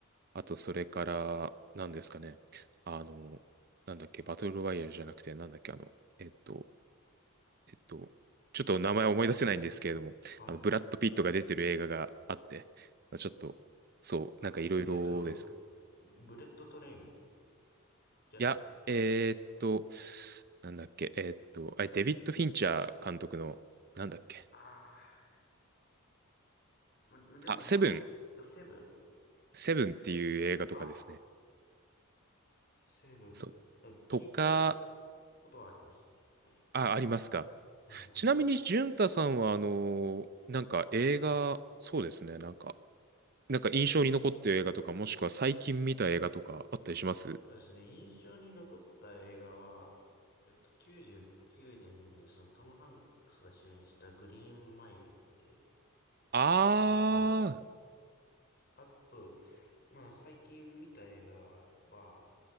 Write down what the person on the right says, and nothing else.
あと、それから、何ですかね。あの、なんだっけ、バトルロワイヤルじゃなくて、なんだっけ、あの、えっと、えっと、ちょっと名前思い出せないんですけれども、
あの、ブラッド・ピットが出てる映画があって、まあちょっと、そう、
なんかいろいろです。
いや、えーっと、なんだっけ、えーっと、あれ、デビッド・フィンチャー監督の、なんだっけ、
あ、セブン、
セブンっていう映画とかですね。
そう。
とか、
あ、ありますか。
ちなみに、淳太さんは、あのー、なんか映画、そうですね、なんか、なんか印象に残ってる映画とか、もしくは最近見た映画とかあったりします
あー、